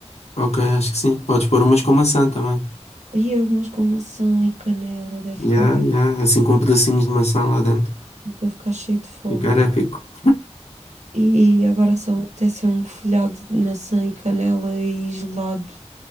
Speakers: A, on the left; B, on the right.
A: Ok, acho que sim. Podes pôr umas com maçã também.
B: E algumas com maçã e canela, deve ficar
A: Ya,
B: bem.
A: ya, assim com pedacinhos de maçã lá dentro.
B: Estou a ficar cheio de fome.
A: Ficar épico.
B: E agora só me apetece é um folhado de maçã e canela e gelado.